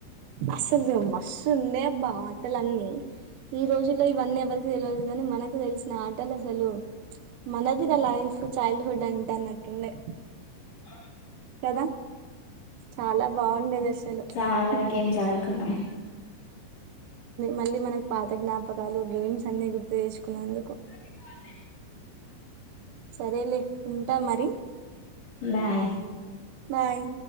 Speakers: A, on the right; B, on the left.
A: అసలు మస్ ఉన్నాయి అమ్మ వంటలన్నీ ఈ రోజుల్లో ఇవన్నీ ఎవరికి తెలియదు. కానీ మనకు తెలిసిన ఆటలు అసలు మనది నా లైఫ్ చైల్డ్ హుడ్ అంటే అన్నట్టుండే.
B: అ <inaudible>
A: కదా చాలా బాగుండేది అసలు
B: చాలా
A: హు
B: గేమ్స్ ఆడుకున్నాం
A: మళ్ళీ మనకి పాత జ్ఞాపకాలు గేమ్స్ అన్ని గుర్తు తెచ్చుకున్నందుకు
B: రిక్వదే
A: సరేలే ఉంటా మరి
B: బాయ్
A: బాయ్